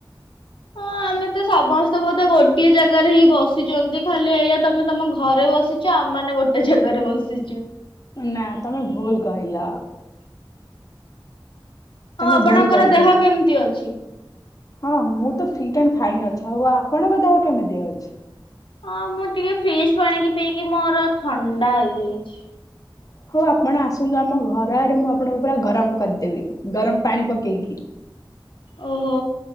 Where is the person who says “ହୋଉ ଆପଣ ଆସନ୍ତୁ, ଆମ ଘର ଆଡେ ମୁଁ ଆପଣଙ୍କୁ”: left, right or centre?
Left